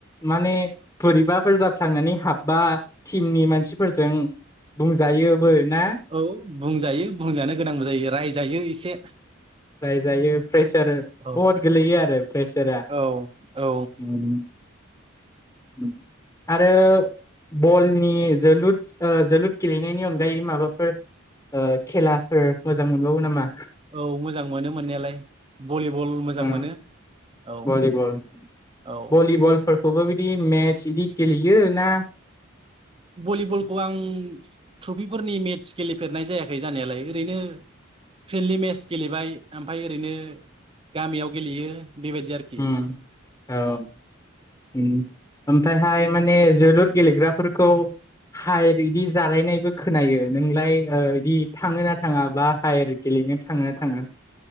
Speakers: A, on the left; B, on the right.
A: माने बोरैबाफोर जाफ्लांनानै हाबबा टिमनि मानसिफोरजों बुंजायोबो ना
B: औ बुंजायो बुंजानो गोनांबो जायो रायजायो एसे।
A: रायजायो प्रेसार
B: औ
A: बहद गोलैयो आरो प्रेसारा।
B: औ औ
A: उम उम आरो बलनि जोलुद जोलुद गेलेनायनि अनगायै माबाफोर ओ खेलाफोर मोजां मोनबावो नामा?
B: औ मोजां मोनो मोननायालाय भलिबल मोजां
A: ओ
B: मोनो औ।
A: भलिबल
B: औ
A: भलिबलफोरखौबो बिदि मेच इदि गेलेयो ना
B: भलिबलखौ आं ट्रफिफोरनि मेट्स गेलेफेरनाय जायाखै जानायालाय ओरैनो फ्रेन्डलि मेट्स गेलेबाय। ओमफ्राय ओरैनो गामियाव गेलेयो। बेबायदि आरोखि
A: ओम औ
B: उम
A: उम ओमफ्रायहाय माने जोलुर गेलेग्राफोरखौ हायेर इदि जालायनायबो खोनायो नोंलाय इदि थाङो ना थाङा बा हायेर गेले ओरैनो थाङोना थाङा?